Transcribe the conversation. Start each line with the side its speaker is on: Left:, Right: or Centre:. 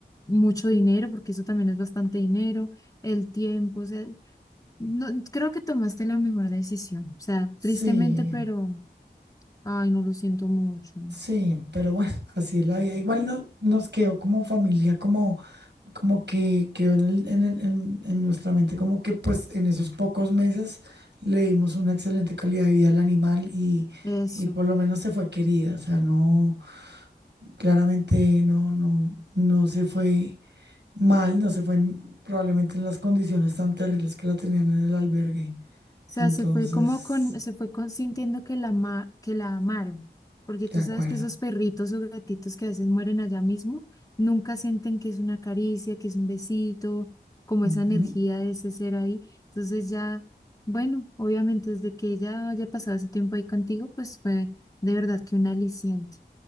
Left: mucho dinero, porque eso también es bastante dinero, el tiempo, o sea, no, creo que tomaste la mejor decisión. O sea,
Right: sí.
Left: tristemente, pero, ay, no lo siento mucho.
Right: Sí, pero bueno, así es la vida. Igual no- nos quedó como familia, como como que quedó en el- en el- en- en nuestra mente, como que pues en esos pocos meses le dimos una excelente calidad de vida al animal y,
Left: Eso.
Right: y por lo menos se fue querida, o sea, no, claramente no, no, no se fue mal, no se fue en- probablemente en las condiciones tan terribles que la tenían en el albergue.
Left: sea,
Right: Entonces,
Left: se fue como con, se fue con- sintiendo que la, ama- que la amaron, porque
Right: de
Left: tú
Right: acuerdo.
Left: sabes que esos perritos o gatitos que a veces mueren allá mismo, nunca sienten que es una caricia, que es un besito, como
Right: Ujú,
Left: esa energía de ese ser ahí. Entonces ya, bueno, obviamente desde que ella haya pasado ese tiempo ahí contigo, pues fue de verdad que un aliciente.